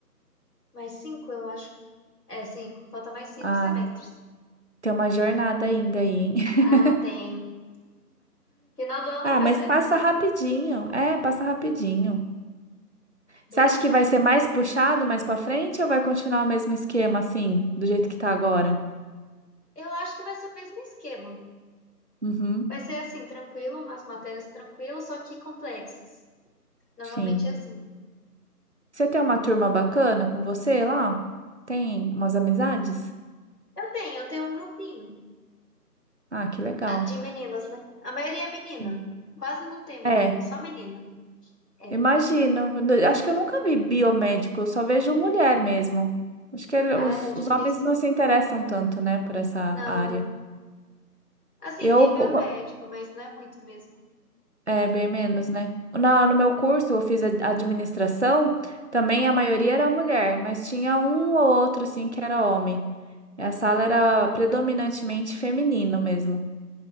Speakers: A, on the left; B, on the right.
A: mais cinco, eu acho. É, cinco, falta mais cinco
B: Ah,
A: semestres.
B: tem uma jornada ainda aí, hein? <laughs>
A: Ah, tem. Final do ano
B: Ah,
A: faz
B: mas
A: dois.
B: passa
A: anos.
B: rapidinho. É, passa rapidinho.
A: Bem,
B: Você acha
A: ah,
B: que vai ser mais puxado mais para frente ou vai continuar o mesmo esquema assim, do jeito que tá agora?
A: eu acho que vai ser o mesmo esquema.
B: Uhum,
A: Vai ser assim, tranquilo, umas matérias tranquilas, só que complexas. Normalmente
B: sim.
A: é assim.
B: Você tem uma turma bacana com você lá? Tem umas amizades?
A: Eu tenho, eu tenho um grupinho.
B: Ah, que legal.
A: De meninas, né? A maioria é menina.
B: Hum.
A: Quase não tem menina,
B: É,
A: é só menina. É.
B: Imagino. Eu Acho que eu nunca vi biomédico, eu só vejo mulher mesmo. Acho que ele-
A: Ah,
B: os,
A: é difícil.
B: os homens não se interessam tanto, né, por essa
A: Não.
B: área.
A: Assim,
B: Eu,
A: tem
B: po-
A: biomédico,
B: co-
A: mas não é muito mesmo.
B: é, bem menos, né? Na, no meu curso, eu fiz a- administração, também a maioria era mulher, mas tinha um ou outro, assim, que era homem. E A sala era predominantemente feminino mesmo.